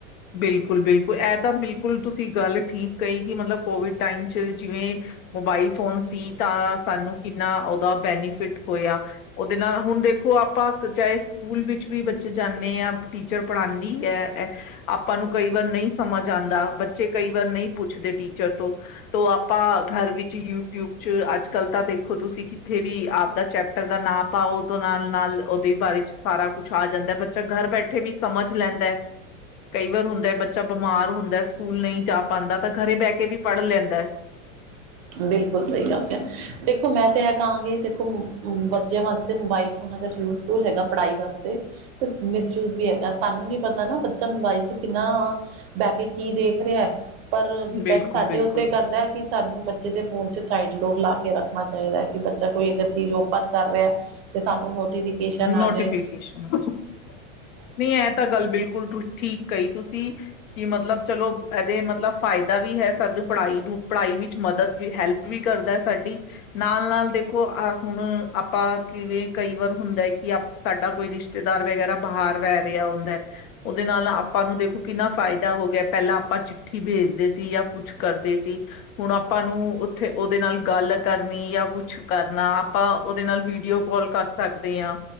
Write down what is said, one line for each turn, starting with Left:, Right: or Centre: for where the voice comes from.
Left: ਬਿਲਕੁਲ ਬਿਲਕੁਲ ਇਹ ਤਾਂ ਬਿਲਕੁਲ ਤੁਸੀਂ ਗੱਲ ਠੀਕ ਕਹੀ ਕਿ ਮਤਲਬ ਕੋਵਿਡ ਟਾਈਮ 'ਚ ਜਿਵੇਂ ਮੋਬਾਈਲ ਫੋਨਸ ਤਾਂ ਸਾਨੂੰ ਕਿੰਨਾ ਉਹਦਾ ਬੈਨੀਫਿਟ ਹੋਇਆ ਉਹਦੇ ਨਾਲ ਹੁਣ ਦੇਖੋ ਆਪ ਆਪਾਂ ਚਾਹੇ ਸਕੂਲ ਵਿੱਚ ਵੀ ਬੱਚੇ ਜਾਂਦੇ ਆ ਟੀਚਰ ਪੜਾਉਂਦੀ ਹੈ ਆਪਾਂ ਨੂੰ ਕਈ ਵਾਰ ਨਹੀਂ ਸਮਝ ਆਉਂਦਾ ਬੱਚੇ ਕਈ ਵਾਰ ਨਹੀਂ ਪੁੱਛਦੇ ਟੀਚਰ ਤੋਂ ਤੋ ਆਪਾਂਰ ਵਿੱਚ ਯੂਟਿਊਬ ਚ ਅੱਜ ਕੱਲ ਤਾਂ ਦੇਖੋ ਤੁਸੀਂ ਕਿੱਥੇ ਵੀ ਆਪਦਾ ਚੈਪਟਰ ਦਾ ਨਾਂ ਪਾਓ ਤੋਂ ਨਾਲ ਨਾਲ ਉਹਦੇ ਬਾਰੇ ਚ ਸਾਰਾ ਕੁਛ ਆ ਜਾਂਦਾ ਬੱਚਾ ਘਰ ਬੈਠੇ ਵੀ ਸਮਝ ਲੈਂਦਾ ਹੈ ਕਈ ਵਾਰ ਹੁੰਦਾ ਬੱਚਾ ਬਿਮਾਰ ਹੁੰਦਾ ਸਕੂਲ ਨਹੀਂ ਜਾ ਪਾਉਂਦਾ ਤਾਂ ਘਰੇ ਬਹਿ ਕੇ ਵੀ ਪੜ੍ਹ ਲੈਂਦਾ <inaudible>
Right: ਬਿਲਕੁਲ ਸਹੀ ਗੱਲ ਕ ਦੇਖੋ ਮੈਂ ਤੇ ਇਹ ਕਹਾਂਗੀ ਦੇਖੋ ਬੱਚਿਆਂ ਵਾਸਤੇ ਮੋਬਾਈਲ ਫੋ ਯੂਜਫੁਲ ਹੈਗਾ ਪੜ੍ਹਾਈ ਵਾਸਤੇ ਤੇ ਮਿਸਯੂਜ ਵੀ ਹੈਗਾ ਸਾਨੂੰ ਨੀ ਪਤਾ ਨਾ ਬੱਚਾ ਮੋਬਾਇਲ ਚ ਕਿੰ ਬਹਿ ਕੇ ਕੀ ਦੇਖ ਰਿਹਾ ਪਰ ਡਿਪੈਂਡ
Left: ਬਿਲਕੁਲ
Right: ਸਾਡੇ
Left: ਬਿਲਕੁਲ
Right: ਉੱਤੇ ਕਰਦਾ ਕਿ ਸਾਨੂੰ ਸਡੇ ਫੋਨ ਚ ਲਾ ਕੇ ਰੱਖਣਾ ਚਾਹੀਦਾ ਕਿ ਬੱਚਾ ਕੋਈ ਅ ਚੀਜ਼ ਓਪਨ ਕਰ ਰਿਹਾ ਤੇ ਸਾਨੂੰ ਨੋਟੀਫਿਕੇਸ਼ਨ ਆ
Left: ਨੋਟੀਫਿਕੇਸ਼ਨ
Right: ਜਾਏ
Left: ਨਹੀਂ ਇਹ ਤਾਂ ਗੱਲ ਬਿਲਕੁਲ ਠੀਕ ਕਈ ਤੁਸੀਂ ਕਿ ਮਤਲਬ ਚਲੋ ਇਹਦੇ ਮਤਲਬ ਫਾਇਦਾ ਵੀ ਹੈ ਸਾਨੂੰ ਪੜ੍ਹਾਈ ਨੂੰ ਪੜ੍ਹਾਈ ਵਿੱਚ ਮਦਦ ਵੀ ਹੈਲਪ ਵੀ ਕਰਦਾ ਸਾਡੀ ਨਾਲ-ਨਾਲ ਦੇਖੋ ਅਹ ਹੁਣ ਆਪਾਂ ਕਿਵੇਂ ਕਈ ਵਾਰ ਹੁੰਦਾ ਹੈ ਕਿ ਸਾਡਾ ਕੋਈ ਰਿਸ਼ਤੇਦਾਰ ਵਗੈਰਾ ਬਾਹਰ ਰਹਿ ਰਿਹਾ ਹੁੰਦਾ ਹੈ ਉਹਦੇ ਨਾਲ ਆਪਾਂ ਨੂੰ ਦੇਖੋ ਕਿੰਨਾ ਫ਼ਾਇਦਾ ਹੋ ਗਿਆ ਪਹਿਲਾਂ ਆਪਾਂ ਚਿੱਠੀ ਭੇਜਦੇ ਸੀ ਜਾਂ ਕੁਛ ਕਰਦੇ ਸੀ ਹੁਣ ਆਪਾਂ ਨੂੰ ਉੱਥੇ ਉਹਦੇ ਨਾਲ ਗੱਲ ਕਰਨੀ ਜਾਂ ਕੁਛ ਕਰਨਾ ਆਪਾਂ ਉਹਦੇ ਨਾਲ ਵੀਡੀਓ ਕਾਲ ਕਰ ਸਕਦੇ ਹਾਂ